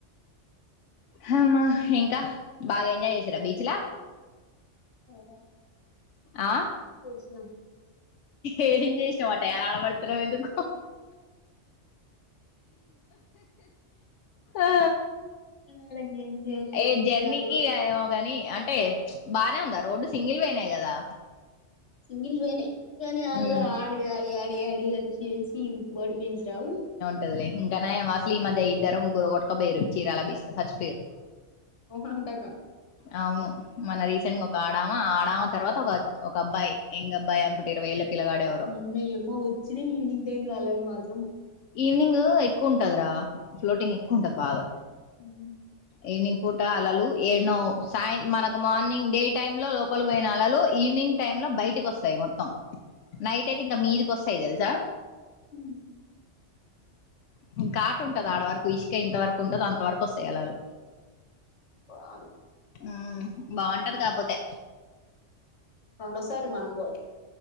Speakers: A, on the left; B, on the left.
A: హమ్మ ఇంకా బాగ్ ఎంజాయ్ జేశిరా బీచ్ లా
B: ఇంగా
A: ఆ
B: తీష్నా
A: ఏం చేసినావట యలాడ పడుతున్నావ్ ఎందుకు ఆ
B: ఆడ గేమ్ చేయాలి చెప్పు
A: ఏ జర్నీకి
B: ఇప్పుడు ఆడ పోయి
A: ఇగ ఏమో గని అంటే బానే ఉందా రోడ్డు సింగిల్ వే నే గదా
B: సింగిల్ వేనే కాని అళ
A: ఉమ్
B: ఆడి ఆడి ఆడి ఆడి అలిసి అలిసి బడి పెంచ రావు
A: టదిలే ఇంక నయం అసలి మధ్య ఇద్దరో ముగ్గురో గొటకపోయిరు చీరాల బీచ్ ల సచ్చిపోయిరు
B: వంటకా
A: అవును మన రీసెంట్ గా ఒక ఆడామా ఆడమ తర్వాత ఒక ఒక అబ్బాయి ఎంగ్ అబ్బాయ్ అనుకుంట ఇరవైఏళ్ళ పిల్లగాడే
B: ఉన్నయమ్మా వచ్చిన ఈవినింగ్ టైమ్లో అలాగా మాత్
A: ఈవినింగ్ ఎక్కువ ఉంటదిరా ఫ్లోటింగ్ ఎక్కువ ఉంటది బాగా
B: మ్మ్
A: ఈవినింగ్ పూట అలలు ఏడ్నో సాయంత్ మనకు మార్నింగ్ డే టైమ్ లో పలికి పోయిన అళలు ఈవినింగ్ టైమ్ ల బయటిక్ ఒస్తాయ్ మొత్తం నైట్ అయితే ఇగా మీదికొస్తయ్ తెలుసా
B: ఉమ్
A: హ్మ్ కాటా ఉంటదాడ వరకు ఇసుక ఇంతవరకు ఉంటది అంతవరకు వస్తయ్ అలలు
B: <inaudible>
A: ఉమ్ బాగుంటది కాక్పోతే
B: రెండోసారి మనం బోయే